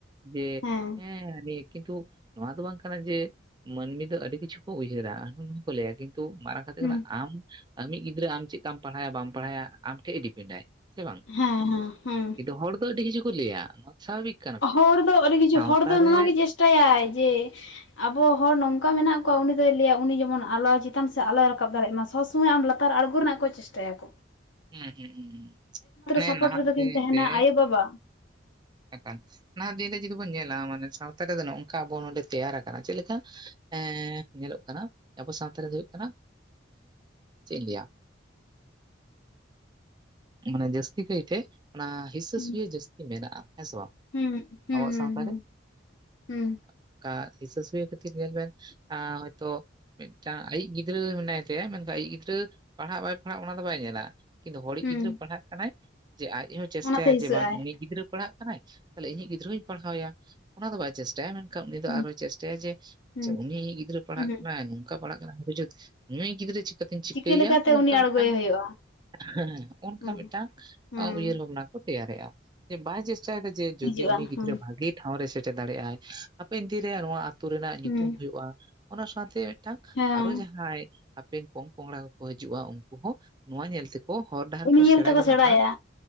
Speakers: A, on the right; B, on the left.
A: ᱡᱮ
B: ᱦᱮᱸ
A: ᱦᱮᱸᱱᱤᱭ <unintelligible> ᱠᱤᱱᱛᱩ ᱱᱚᱣᱟ ᱫᱚ ᱵᱟᱝ ᱠᱟᱱᱟ ᱡᱮ, ᱢᱟᱹᱱᱢᱤ ᱫᱚ ᱟᱹᱰᱤ ᱠᱤᱪᱷᱩ ᱠᱚ ᱩᱭᱦᱟᱹᱨᱟ ᱟᱨ ᱠᱚ ᱞᱟᱹᱭᱟ ᱠᱤᱱᱛᱩ ᱢᱟᱨᱟᱝ ᱦᱟᱱᱛᱮ
B: ᱦᱩᱸ
A: ᱠᱟᱱᱟ ᱟᱢ ᱟᱢᱤᱡ ᱜᱤᱫᱽᱨᱟᱹ ᱟᱢ ᱪᱮᱫ ᱠᱟᱢ ᱯᱟᱲᱦᱟᱭᱟ ᱵᱟᱢ ᱯᱟᱲᱦᱟᱭᱟ ᱟᱢ ᱴᱷᱮᱡᱼᱮ ᱰᱤᱯᱮᱱᱰ ᱟᱭ᱾ ᱥᱮ ᱵᱟᱝ,
B: ᱦᱮᱸ ᱦᱮᱸ ᱦᱩᱸ
A: ᱠᱤᱱᱛᱩ ᱦᱚᱲ ᱫᱚ ᱟᱹᱰᱤ ᱠᱤᱪᱷᱩ ᱠᱚ ᱞᱟᱹᱭᱟ <unintelligible>
B: ᱦᱚᱲ ᱫᱚ ᱟᱹᱰᱤ ᱠᱤᱪᱷᱩ
A: ᱥᱟᱶᱛᱟ
B: ᱦᱚᱲ ᱫᱚ
A: ᱨᱮ
B: ᱱᱚᱣᱟ ᱜᱮ ᱪᱮᱥᱴᱟᱭᱟᱭ ᱡᱮ ᱟᱵᱚ ᱦᱚᱲ ᱱᱚᱝᱠᱟ ᱢᱮᱱᱟᱜ ᱠᱚᱣᱟ ᱩᱱᱤ ᱫᱚᱭ ᱞᱟᱹᱭᱟ ᱩᱱᱤ ᱡᱮᱢᱚᱱ ᱟᱞᱚ ᱪᱮᱛᱟᱱ ᱥᱮᱫ ᱟᱞᱚᱭ ᱨᱟᱠᱟᱵ ᱫᱟᱲᱮᱭᱟᱜ ᱢᱟ ᱥᱚᱵᱽ ᱥᱚᱢᱚᱭ ᱟᱢ ᱞᱟᱛᱟᱨ ᱟᱬᱜᱚ ᱨᱮᱱᱟᱜ ᱠᱚ ᱪᱮᱥᱴᱟᱭᱟ ᱠᱚ
A: ᱦᱩᱸ ᱦᱩᱸ ᱢᱟᱱᱮ
B: ᱥᱟᱯᱳᱨᱴ
A: ᱱᱟᱦᱟᱜ
B: ᱨᱮᱫᱚ
A: ᱫᱤᱱᱨᱮ
B: ᱠᱤᱱ ᱛᱟᱦᱮᱱᱟ ᱟᱭᱳ ᱵᱟᱵᱟ
A: <unintelligible> ᱱᱟᱦᱟᱜ ᱫᱤᱱ ᱨᱮ ᱡᱩᱫᱤ ᱵᱚᱱ ᱧᱮᱞᱟ ᱢᱟᱱᱮ ᱥᱟᱶᱛᱟ ᱨᱮ ᱫᱚ ᱱᱚᱝᱠᱟ ᱟᱵᱚ ᱱᱚᱰᱮ ᱛᱮᱭᱟᱨ ᱟᱠᱟᱱᱟ ᱪᱮᱫ ᱞᱮᱠᱟ ᱦᱮᱸ ᱧᱮᱞᱚᱜ ᱠᱟᱱᱟ ᱟᱵᱚ ᱥᱟᱶᱛᱟ ᱨᱮ ᱫᱚ ᱦᱩᱭᱩᱜ ᱠᱟᱱᱟ ᱪᱮᱫ ᱤᱧ ᱞᱟᱹᱭᱟ ᱢᱟᱱᱮ ᱡᱟᱹᱥᱛᱤ ᱠᱟᱦᱤ ᱛᱮ ᱚᱱᱟ ᱦᱤᱸᱥᱟᱹ
B: ᱦᱩᱸ
A: ᱥᱩᱭᱟᱹ ᱡᱟᱹᱥᱛᱤ ᱢᱮᱱᱟᱜᱼᱟ ᱦᱮᱸ ᱥᱮ ᱵᱟᱝ
B: ᱦᱩᱸ ᱦᱩᱸ
A: ᱟᱵᱚᱣᱟᱜ ᱥᱟᱶᱛᱟ
B: ᱦᱩᱸ
A: ᱨᱮ
B: ᱦᱩᱸ
A: ᱚᱱᱠᱟ ᱦᱤᱥᱟᱹ ᱥᱩᱭᱟᱹ ᱠᱷᱟᱹᱛᱤᱨ ᱧᱮᱞ ᱵᱤᱱ ᱟ ᱦᱚᱭᱛᱚ ᱢᱤᱫᱴᱟᱝ ᱟᱭᱤᱡ ᱜᱤᱫᱽᱨᱟᱹ ᱢᱮᱱᱟᱭ ᱛᱟᱭᱟ ᱢᱮᱱᱠᱷᱟᱱ ᱟᱭᱤᱡ ᱜᱤᱫᱽᱨᱟᱹ ᱯᱟᱲᱦᱟᱜ ᱵᱟᱭ ᱯᱟᱲᱦᱟᱜ ᱚᱱᱟ ᱫᱚ ᱵᱟᱭ ᱧᱮᱞᱟ <unintelligible> ᱠᱤᱱᱛᱩ ᱦᱚᱲᱤᱡ
B: ᱦᱩᱸ
A: ᱜᱤᱫᱽᱨᱟᱹ ᱯᱟᱲᱦᱟᱜ ᱠᱟᱱᱟᱭ ᱡᱮ ᱟᱡ ᱦᱚᱸᱭ ᱪᱮᱥᱴᱟᱭᱟ
B: ᱚᱱᱟᱛᱮ ᱦᱤᱥᱟᱹᱜ
A: ᱡᱮ ᱵᱟᱝ
B: ᱟᱭ
A: ᱩᱱᱤ ᱜᱤᱫᱽᱨᱟᱹᱭ ᱯᱟᱲᱦᱟᱜ ᱠᱟᱱᱟᱭ ᱛᱟᱦᱚᱞᱮ ᱤᱧᱤᱡ ᱜᱤᱫᱽᱨᱟᱹ ᱦᱩᱧ ᱯᱟᱲᱦᱟᱣᱮᱭᱟ ᱚᱱᱟ ᱫᱚ ᱵᱟᱭ ᱪᱮᱥᱴᱟᱭᱟ ᱢᱮᱱᱠᱷᱟᱱ ᱩᱱᱤ ᱫᱚ
B: ᱦᱩᱸ
A: ᱟᱨᱦᱚᱭ ᱪᱮᱥᱴᱟᱭᱟ ᱡᱮ
B: ᱦᱩᱸ
A: ᱩᱱᱤ ᱜᱤᱫᱽᱨᱟᱹ ᱯᱟᱲᱦᱟᱜ
B: ᱦᱩᱸ
A: ᱠᱟᱱᱟᱭ ᱚᱱᱠᱟ ᱯᱟᱲᱦᱟᱜ ᱠᱟᱱᱟᱭ ᱱᱩᱭ ᱜᱤᱫᱽᱨᱟᱹ ᱪᱤᱠᱟ ᱛᱤᱧ ᱪᱤᱠᱟᱹᱭᱮᱭᱟ
B: ᱪᱤᱠᱟᱹ ᱞᱮᱠᱟᱛᱮ
A: ᱚᱱ ᱱᱚᱝᱠᱟ
B: ᱩᱱᱤ ᱟᱬᱜᱚᱭᱮ
A: ᱢᱤᱫᱴᱟᱝ
B: ᱦᱩᱭᱩᱜᱼᱟ
A: ᱦᱮᱸ ᱚᱱᱠᱟ
B: ᱦᱩᱸ
A: ᱢᱤᱫᱴᱟᱝ
B: ᱦᱩᱸ
A: ᱩᱭᱦᱟᱹᱨ ᱵᱷᱟᱵᱽᱱᱟ ᱠᱚ ᱛᱮᱭᱟᱨᱮᱜᱼᱟ ᱡᱮ ᱵᱟᱭ ᱪᱮᱥᱴᱟᱭᱮᱫᱟ ᱡᱮ ᱡᱩᱫᱤ
B: ᱦᱤᱡᱩᱜᱼᱟ
A: ᱩᱱᱤ ᱜᱤᱫᱽᱨᱟᱹ
B: ᱦᱩᱸ
A: ᱵᱷᱟᱜᱤ ᱴᱷᱟᱶ ᱨᱮ ᱥᱮᱴᱮᱨ ᱫᱟᱲᱮᱭᱟᱜᱼ ᱟᱭ ᱦᱟᱯᱮᱱ ᱫᱤᱱ ᱨᱮ ᱱᱚᱣᱟ <unintelligible> ᱟᱹᱛᱩ ᱨᱮᱱᱟᱜ ᱧᱩᱛᱩᱢ
B: ᱦᱩᱸ
A: ᱦᱩᱭᱩᱜᱼᱟ ᱚᱱᱟ ᱥᱟᱶᱛᱮ ᱢᱤᱫᱴᱟᱝ
B: ᱦᱮᱸ
A: ᱟᱨ ᱦᱚᱸ ᱡᱟᱦᱟᱸᱭ <unintelligible> ᱦᱟᱯᱚᱱ ᱯᱚᱝᱼᱯᱚᱝᱲᱟ ᱠᱚᱠᱚ ᱦᱤᱡᱩᱜᱼᱟ ᱩᱱᱠᱩ ᱦᱚᱸ ᱱᱚᱣᱟ ᱧᱮᱞ ᱛᱮ ᱠᱚ ᱦᱚᱨ ᱰᱟᱦᱟᱨ
B: ᱩᱱᱤ
A: ᱠᱚ
B: ᱧᱮᱞ
A: ᱥᱮᱬᱟ
B: ᱛᱮᱠᱚ
A: ᱡᱚᱝᱟᱜ
B: ᱥᱮᱬᱟᱭᱟ
A: ᱠᱷᱟᱱ